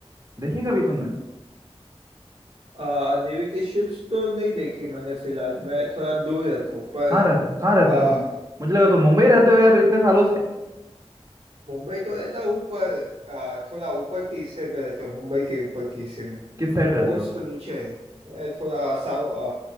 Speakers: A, on the right (about 35°); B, on the right (about 75°).
A: देखें कभी तुमने
B: आ, नेवी की शिप्स तो नहीं देखी मैंने फिलहाल मैं थोड़ा दूर रहता हूँ पर
A: कहाँ रहते हो कहाँ रहते
B: आ,
A: हो तुम मुझे लगा तुम मुंबई रहते हो यार इतने सालों से
B: मुंबई तो रहता हूँ पर आ, थोड़ा ऊपर के हिस्से पे रहता हूँ मुंबई के ऊपर के हिस्से में तो
A: किस साइड रहते
B: पोर्ट्स
A: हो
B: तो नीचे है मैं थोड़ा साउ